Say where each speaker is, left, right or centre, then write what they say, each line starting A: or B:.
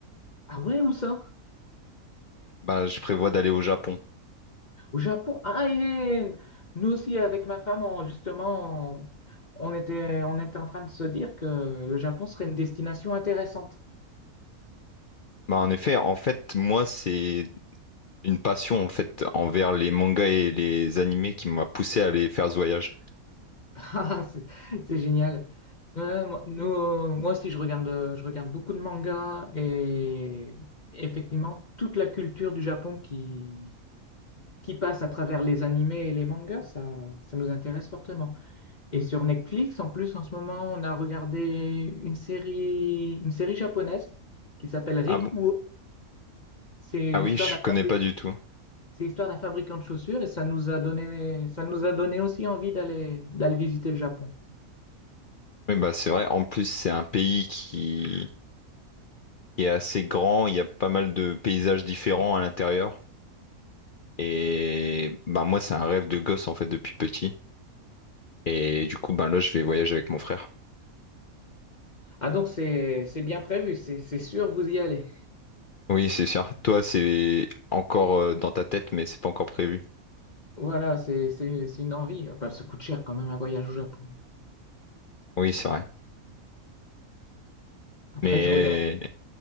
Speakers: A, on the left; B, on the left.
A: Ah ouais, où ça?
B: Ben, je prévois d'aller au Japon.
A: Au Japon. Ah, et nous aussi avec ma femme, on- justement, on, on était, on était en train de se dire que le Japon serait une destination intéressante.
B: Ben, en effet, en fait, moi, c'est une passion en fait envers les mangas et les animés qui m'a poussé à aller faire ce voyage.
A: <laughs> Ah, c'est c'est génial. Ouais, moi, nous- moi aussi, je regarde, euh, je regarde beaucoup de mangas et effectivement toute la culture du Japon qui, qui passe à travers les animés et les mangas, ça, ça nous intéresse fortement. Et sur Netflix, en plus, en ce moment, on a regardé une série, une série japonaise qui s'appelle Rikuo.
B: Ah bon?
A: C'est
B: Ah
A: l'histoire
B: oui, je
A: d'un fabri-
B: connais pas du tout.
A: c'est l'histoire d'un fabricant de chaussures et ça nous a donné, ça nous a donné aussi envie d'aller, d'aller visiter le Japon.
B: Oui, bah c'est vrai. En plus, c'est un pays qui qui est assez grand. Il y a pas mal de paysages différents à l'intérieur. Et ben moi, c'est un rêve de gosse en fait depuis petit. Et du coup, ben là, je vais voyager avec mon frère.
A: Ah donc c'est, c'est bien prévu, c'est, c'est sûr, vous y allez.
B: Oui, c'est sûr. Toi, c'est encore euh, dans ta tête, mais c'est pas encore prévu.
A: Voilà, c'est, c'est, c'est une envie. Ah, bah, ça coûte cher quand même un voyage au Japon.
B: Oui, c'est vrai.
A: Après,
B: Mais
A: je regarde.